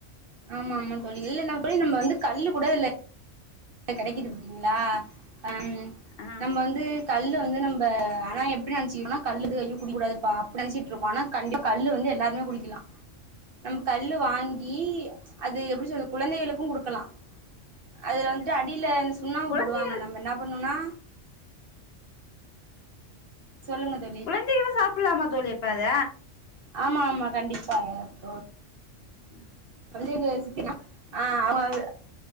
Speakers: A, on the right; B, on the left.
A: ஆமா ஆமா தோழி இல்ல நம்ம போய் நம்ம வந்து கல்லு கூட இல்ல கடைக்குது பத்திங்ளா ஆம்
B: ஆ
A: நம்ம வந்து கல்லு வந்து நம்ப ஆனா எப்டி நினச்சிகிரோனா கல்லுந்து அய்யோ குடிக்கூடாதுபா அப்டி நினச்சிட்ருபோ ஆனா கண்டிப் கல்லு வந்து எல்லாருமே குடிக்லா நம்ம கல்லு வாங்கி அது எப்டி சொல்றது குழதைகளுக்கும் குடுக்கலா அதுல வந்துட்டு அடில சுண்ணாம்பு
B: குழந்தை
A: போடுவாங்க நம்ம என்னா பண்ணுனா சொல்லுங்க தோழி
B: குழந்தைகளு சாப்பலாமா தோழி அப்ப அத
A: ஆமா ஆமா கண்டிப்பாக தோ
B: அ
A: பள்ளி நிகழ்ச்சிக்குனா ஆ அவுங்க வ